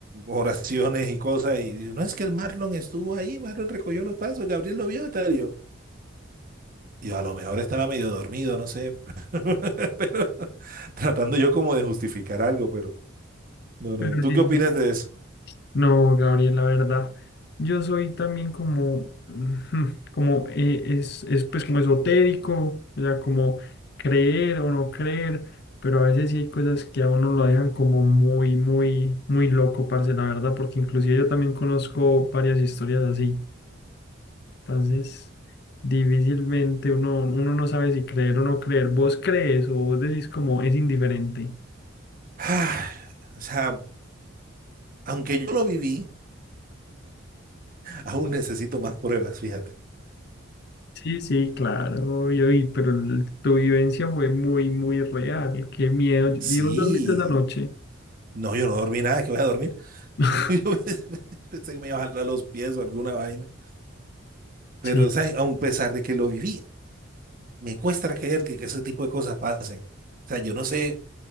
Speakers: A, on the right (about 45°); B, on the left (about 55°).
A: oraciones y cosas, y dice, no es que el Marlon estuvo ahí, Marlon recogió los pasos, Gabriel lo vio y tal. Y yo, y yo, a lo mejor estaba medio dormido, no sé, <laughs> pero tratando yo como de justificar algo, pero no, no,
B: Pero
A: ¿tú
B: sí,
A: qué opinas
B: sí,
A: de eso?
B: No, Gabriel, la verdad, yo soy también como, <laughs> ujú, como eh, es, es pues como esotérico, o sea, como creer o no creer, pero a veces sí hay cosas que a uno lo dejan como muy, muy, muy loco, parce, la verdad, porque inclusive yo también conozco varias historias así, entonces difícilmente uno, uno no sabe si creer o no creer, vos crees o vos decís como es indiferente.
A: <sighs> Ah, o sea, aunque yo lo viví, aún necesito más pruebas, fíjate.
B: Sí, sí, claro, y, oí, pero el- tu vivencia fue muy, muy real. Qué miedo.
A: Sí,
B: ¿Y vos dormiste esa noche?
A: no, yo no dormí nada, que voy a dormir.
B: <laughs>
A: <laughs> Yo pensé que me iba a jalar los pies o alguna vaina.
B: Sí,
A: Pero, o sea, aun pesar de que lo viví, me cuesta creer que, que ese tipo de cosas pasen. O sea, yo no sé,